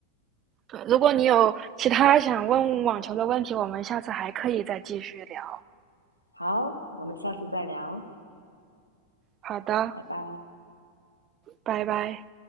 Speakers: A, on the right (about 30°); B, on the left (about 85°).
A: 呃如果你有其他想问网球的问题，我们下次还可以再继续聊。
B: 好，我们下次再聊，
A: 好的，
B: 拜拜。
A: 拜拜。